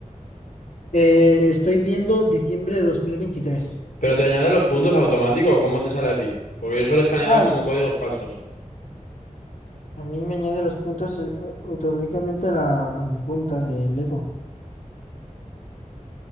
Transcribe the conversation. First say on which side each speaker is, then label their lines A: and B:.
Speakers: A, on the left (about 65°); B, on the left (about 90°).
A: Eh, estoy viendo diciembre de dos mil veintitrés
B: ¿Pero te añade los puntos automático o cómo te sale a ti? Porque yo solo he escaneado
A: Ah,
B: como códigos falsos.
A: a mí me añade los puntos eh, automáticamente a, la- a mi cuenta de Lego.